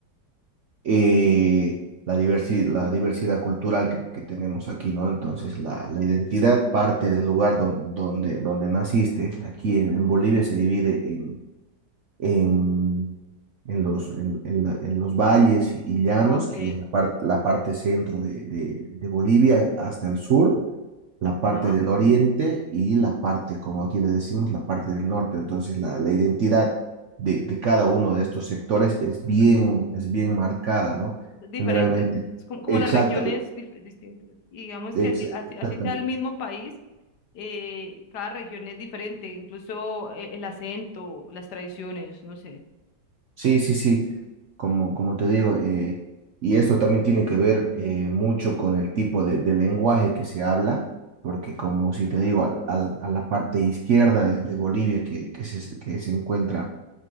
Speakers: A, on the right; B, on the left.
A: eh, la diversi- la diversidad cultural que, que tenemos aquí, ¿no? Entonces, la, la identidad parte del lugar don- donde, donde naciste. Aquí
B: Ujú.
A: en, en Bolivia se divide en, en en los, en, en la- en los valles y, y llanos,
B: Ah, ok.
A: que es la, par- la parte centro de, de- de Bolivia hasta el sur, la
B: Ajá.
A: parte del oriente y la parte, como aquí le decimos, la parte del norte. Entonces, la, la identidad de, de cada uno de estos sectores es bien, es bien marcada, ¿no?
B: Diferentes,
A: Generalmente,
B: es como, como
A: exacta,
B: las regiones dif- distintas. Y digamos
A: ex-
B: que así, así,
A: exactamente.
B: así sea el mismo país, eh, cada región es diferente, incluso eh, el acento, las tradiciones, no sé.
A: Sí, sí, sí, como, como te digo, eh, y esto también tiene que ver eh, mucho con el tipo de, de lenguaje que se habla, porque como si te digo, al- al- a la parte izquierda de, de Bolivia que, que, se, que se encuentra,